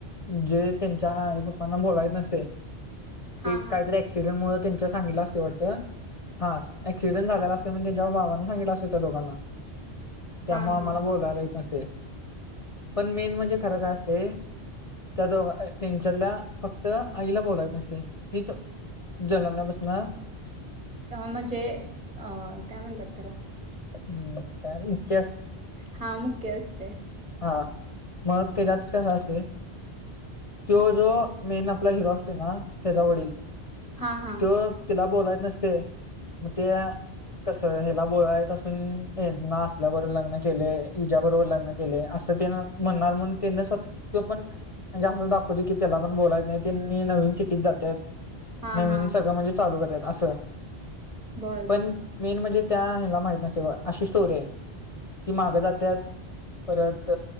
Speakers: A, on the left; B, on the right.
A: जे त्यांच्या आईप्पांना बोलायच नसतय
B: हा
A: ते
B: हा
A: काहीतर एक्सिडेंट मूळ त्यांच्या सांगितला असतय वाटतं हां ऍक्सिडेंट झालेला असतोय मग त्यांच्या बाबाना सांगितलं असतं त्या दोघांना त्यामुळं
B: हा हा
A: आम्हाला बोलायला येत नसतय. पण मेन म्हणजे खरं काय असतय त्या दोघ त्यांच्यातल्या फक्त आईला बोलायला येत नसतय तीच जन्मनापासनं
B: म्हणजे अ काय म्हणतात त्याला
A: हम्म काय बी
B: हा मुख्य असते.
A: हा मग त्याच्यात कस असतय. तो जो मेन आपला हिरो असते ना त्याचा वडील
B: हा हा
A: तो त्यािला. बोलायला येत नसतय मग त्या कस हला बोलाय येत असून ह्यानं असल्याबरोबर लग्न केले हीज्याबरोबर लग्न. अस तेन म्हणणार म्हणून पण म्हणजे असं दाखवते की त्याला पण बोलाय येत नाही. त्यांनी नवीन सिटीत जात्यात.
B: हा
A: नवीन
B: हा
A: सगळं म्हणजे चालू करतात असं
B: बर
A: पण
B: बर
A: मेन म्हणजे. त्या ह्याला माहित नसतय बगा अशी स्टोरी आहे ती मागं जात्यात. परत